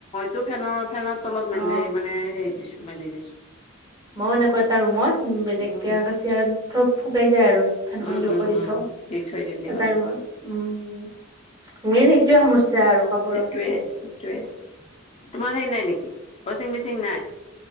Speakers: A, on the left (about 30°); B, on the right (about 20°).
A: টো ফেনৰ ফেনৰ তলত মেলি
B: অ
A: মানে হেৰি দিছো মেলি দিছো
B: মই এনেকুৱা এটা ৰুমত বেলেগকে
A: উম
B: কাচিয়া চব শুকাই যায় আৰু ফেনখন
A: উম
B: জো
A: উম
B: কৰি
A: উম
B: থওঁ
A: দি থৈ দিলি
B: এটি
A: হ'ল
B: ৰুমত উম মেইন সেইটোৱে সমস্যা আৰু কাপোৰৰ
A: প্ৰে হেইতোৱে তোমাৰ হেৰি নাই নিকি ৱাচিং মেচিং নাই